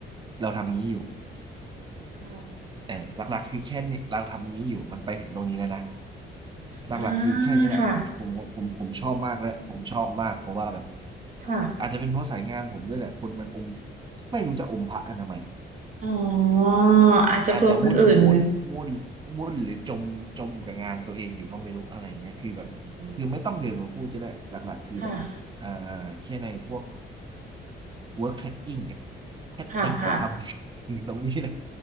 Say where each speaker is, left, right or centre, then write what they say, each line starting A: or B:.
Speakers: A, on the right (about 25°); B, on the right (about 40°).
A: เราทำงี้อยู่
B: ค่ะ
A: เออหลักๆคือแค่นี้เราทำงี้อยู่มันไปถึงตรงนี้แล้วนะหลักๆคือแค่นี้แหละผมผมผมผมชอบมากและผมชอบมากเพราะว่าแบบ
B: อ่าค่ะค่ะ
A: อาจจะเป็นเพราะสายงานผมด้วยแหละคนมันอมไม่รู้จะอมพระกันทำไม
B: อ๋ออาจจะกลัวคนอื่น
A: อาจจะวุ่นวุ่นวุ่นวุ่นหรือจมจมกับงานตัวเองอยู่ก็ไม่รู้อะไรอย่างเงี้ยคือแบบคือไม่ต้องเดินมาพูดก็ได้หลักๆคือแบบอ่า
B: อ๋อค่ะ
A: แค่ในพวก work tracking เนี่ยแค่ติ๊กว่าทำใน
B: ค่ะค่ะ
A: <laughs> ตรงนี้เลย